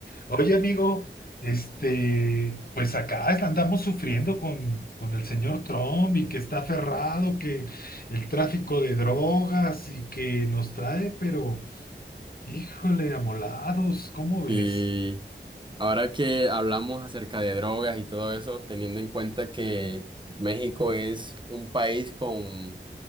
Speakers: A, on the left (about 50°); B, on the right (about 25°).
A: Oye, amigo, este, pues acá es- andamos sufriendo con, con el señor Trump y que está aferrado, que el tráfico de drogas y que nos trae, pero híjole, amolados, ¿cómo ves?
B: Y Ahora que hablamos acerca de drogas y todo eso, teniendo en cuenta que México es un país con